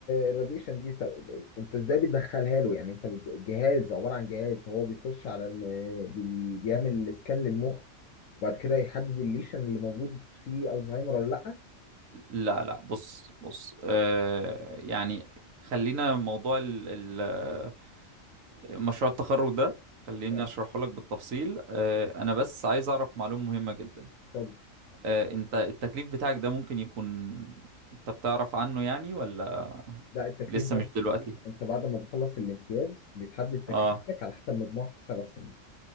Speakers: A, on the left (about 80°); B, on the right (about 80°).
A: الراديشن دي طب انت ازاي بتدخلها له يعني انت بت- جهاز عباره عن جهاز هو بيخش على الم... بي... بيعمل سكان للمخ وبعد كده يحدد الليشن اللي موجود فيه الزهايمر ولا لا
B: لا لا بص بص آه يعني خلينا موضوع ال ال مشروع التخرج ده خليني
A: آه.
B: اشرحه لك بالتفصيل آه انا بس عايز اعرف معلومة مهمة جدا
A: طب
B: آه انت التكليف بتاعك ده ممكن يكون انت بتعرف عنه يعني ولا
A: ده التكليف
B: لسه
A: ده
B: مش دلوقتي
A: انت بعد ما بتخلص الامتياز بيتحدد تكليفك
B: اه
A: على حسب مجموعك في السبع سنين